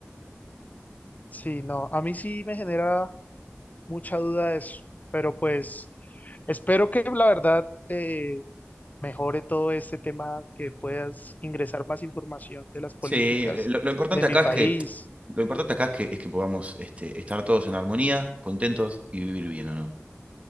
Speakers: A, on the left; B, on the right.
A: Sí, no, a mí sí me genera mucha duda eso, pero pues espero que la verdad... eh, mejore todo este tema, que puedas ingresar más información de las políticas
B: Sí, eh, lo, lo importante
A: de mi
B: acá
A: país.
B: es que lo importante acá es que es que podamos este, estar todos en armonía, contentos y vivir bien, ¿o no?